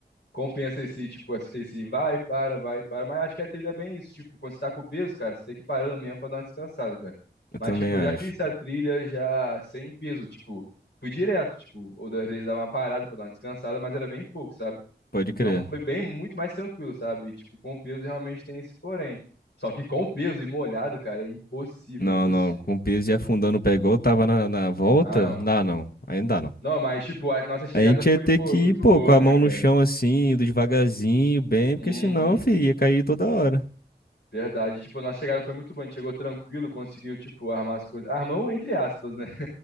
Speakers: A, on the left; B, on the left.
A: Compensa esse, tipo, esse vai, para, vai, para. Mas acho que a trilha é bem isso. Tipo, quando você tá com peso, cara, você tem que ir parando mesmo pra dar uma descansada, cara.
B: Eu
A: Mas,
B: também
A: tipo,
B: acho.
A: eu já fiz essa trilha já sem peso, tipo, fui direto, tipo, ou às vezes dava uma parada pra dar uma descansada, mas era bem pouco, sabe?
B: Pode
A: Então
B: crer.
A: foi bem, muito mais tranquilo, sabe? E, tipo, com o peso realmente tem esse porém. Só que com o peso e molhado, cara, é impossível,
B: Não,
A: impossível.
B: não. Com o piso e afundando o pé igual eu tava na, na volta,
A: Ah, não.
B: dá não. Ainda não.
A: Não, mas, tipo, a nossa chegada
B: A gente
A: foi,
B: ia ter
A: pô,
B: que
A: muito
B: ir, pô,
A: boa,
B: com a
A: né,
B: mão
A: cara?
B: no chão assim, indo devagarzinho, bem, porque
A: Uhum.
B: senão, filho, ia cair toda hora.
A: Verdade. Tipo, a nossa chegada foi muito boa. A gente chegou tranquilo, conseguiu, tipo, armar as coisas. Armão, entre aspas, né?